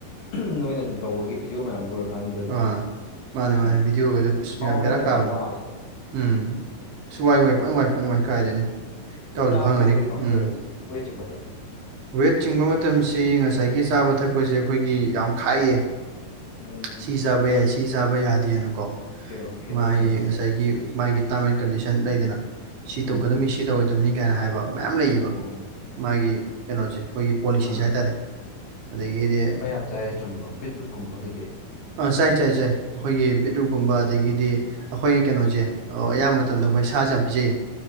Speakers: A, on the left; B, on the right.
A: ꯎꯝ ꯅꯣꯏꯅ ꯁꯨꯝ ꯇꯧꯕꯒꯤ ꯚꯤꯗꯤꯑꯣ ꯃꯌꯥꯝꯗꯨꯎꯔꯛ ꯀꯥꯟꯁꯤꯗ ꯑꯗꯨꯝ
B: ꯑꯥ ꯃꯥꯅꯦ
A: ꯍꯥꯏꯗꯤ
B: ꯃꯥꯅꯦ ꯚꯤꯗꯤꯑꯣꯒꯩꯗꯣ ꯑꯁ
A: ꯍꯥꯎꯋꯦ
B: ꯌꯥꯝ ꯕꯦꯔꯥ
A: ꯍꯥꯏꯇꯥꯔꯦ
B: ꯀꯥꯕꯅꯦ
A: ꯋꯥꯕꯗꯣ
B: ꯎꯝ ꯑꯁ ꯋꯥꯏ ꯋꯥꯏ ꯐꯅꯋꯥꯏ ꯐꯅꯋꯥꯏ ꯀꯥꯏꯗꯩꯅꯣ ꯏꯇꯥꯎꯖꯨ
A: ꯆꯥꯕ
B: ꯈꯪꯉꯝꯒꯅꯤ
A: ꯊꯛꯄꯗꯤ ꯀꯃꯥꯏꯅ
B: ꯎꯝ
A: ꯇꯧꯋꯦ ꯑꯗꯨꯗꯤ ꯋꯦꯠ ꯆꯤꯡꯕ ꯃꯇꯝꯗ
B: ꯋꯦꯠ ꯆꯤꯡꯕ ꯃꯇꯝꯁꯤ ꯉꯁꯥꯏꯒꯤ ꯆꯥꯕ ꯊꯛꯄꯁꯦ ꯑꯩꯈꯣꯏꯒꯤ ꯌꯥꯝ ꯈꯥꯏꯌꯦ
A: ꯎꯝ
B: ꯁꯤ ꯆꯥꯕ ꯌꯥꯏ ꯁꯤ ꯆꯥꯕ ꯌꯥꯗꯦꯅꯀꯣ
A: ꯑꯣꯀꯦ ꯑꯣꯀꯦ
B: ꯃꯥꯒꯤ
A: ꯑꯣꯀꯦ
B: ꯉꯁꯥꯏꯒꯤ ꯃꯥꯒꯤ ꯇꯥꯔꯝ ꯑꯦꯟ ꯀꯟꯗꯤꯁꯟ ꯂꯩꯗꯅ ꯁꯤ
A: ꯎꯝ
B: ꯇꯧꯒꯗꯝꯅꯤ ꯁꯤꯠ ꯇꯧꯔꯣꯏꯗꯕꯅꯤ ꯀꯥꯏꯅ ꯍꯥꯏꯕ ꯃꯌꯥꯝ ꯂꯩꯌꯦꯕ
A: ꯑꯣ
B: ꯃꯥꯒꯤ ꯀꯩꯅꯣꯖꯦ ꯑꯩꯈꯣꯏꯒꯤ ꯄꯣꯂꯤꯁꯤꯖꯦ
A: ꯑꯥ
B: ꯍꯥꯏꯇꯥꯔꯦ ꯑꯗꯒꯤꯗꯤ
A: ꯑꯗꯥꯏ ꯆꯨꯝꯕꯔ ꯕꯤꯠꯔꯨꯠꯀꯨꯝꯕ ꯀꯩꯀꯩ
B: ꯑ ꯆꯥꯏ ꯆꯥꯏ ꯆꯥꯏ ꯑꯈꯣꯏꯒꯤ ꯕꯤꯠꯔꯨꯝꯒꯨꯝꯕ ꯑꯗꯒꯤꯗꯤ ꯑꯈꯣꯏ ꯀꯩꯅꯣꯖꯦ ꯑꯣ ꯑꯌꯥꯝ ꯃꯇꯝꯗ ꯑꯈꯣꯏ ꯁꯥꯖꯦ ꯌꯥꯝ ꯄꯤꯖꯩꯌꯦ